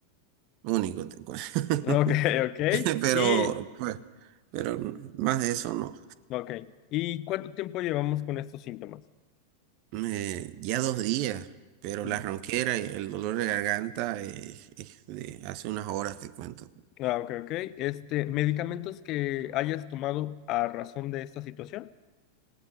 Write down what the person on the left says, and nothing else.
Ok, <laughs> ok.
Y,
ok. ¿Y cuánto tiempo llevamos con estos síntomas?
Mm,
Ah, ok, ok. Este, ¿medicamentos que hayas tomado a razón de esta situación?